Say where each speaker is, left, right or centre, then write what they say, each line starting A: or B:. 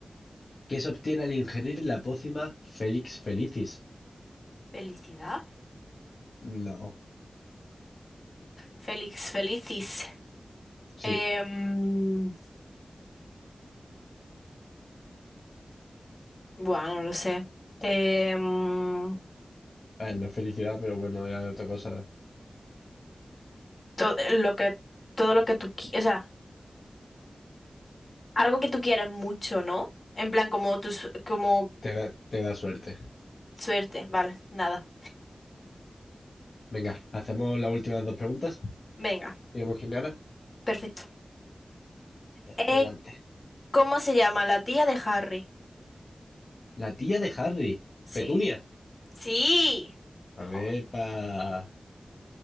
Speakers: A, on the left; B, on the left.
A: ¿Qué se obtiene al ingerir la pócima Felix Felicis?
B: ¿Felicidad?
A: No,
B: Félix, felicis.
A: sí.
B: Em, buah, no lo sé. Em,
A: A ver, no es felicidad, pero bueno, ya es otra cosa.
B: todo lo que todo lo que tú qui- o sea, algo que tú quieras mucho, ¿no? En plan como tu su- como
A: Te da, te da suerte.
B: suerte, vale, nada.
A: Venga, hacemos las últimas dos preguntas
B: Venga,
A: y vemos quién gana.
B: perfecto.
A: A-
B: Eh,
A: Adelante.
B: ¿cómo se llama la tía de Harry?
A: La tía de Harry,
B: Sí.
A: Petunia.
B: Sí.
A: A ver,
B: Jo,
A: pa...